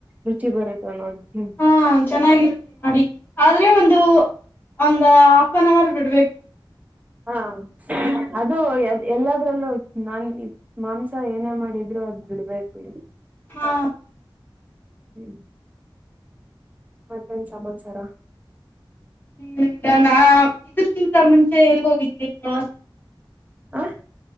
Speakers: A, on the right; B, on the left.
A: ರುಚಿ ಬರುತ್ತಾ ನೋಡ್ತ
B: ಹ ಚೆನ್ನಾಗಿರುತ್ತೆ ಮಾಡಿ ಆದ್ರೆ ಒಂದು ಒಂದ ಹಾಫ್ ಅನ್ ಅವರ್ ಬಿಡ್ಬೇಕು
A: ಹಾ ಅದು ಎಲ್ಲದ್ರಲ್ಲೂ ನನ್ ಮಾಂಸ ಏನೇ ಮಾಡಿದ್ರು ಅದ ಬಿಡ್ಬೇಕೇಕ್ ಬಿಡ
B: ಹಾ
A: ಹ್ಮ್ ಮತ್ತೊನ್್ ಚಮತ್ಚಾರ
B: ಹಲ್ಲ ನಾ ಇದಕ್ಕಿಂತ ಮುಂಚೆ ಎಲ್ಲಿಗೋಗಿದ್ವಿ ಪ್ರ
A: ಆ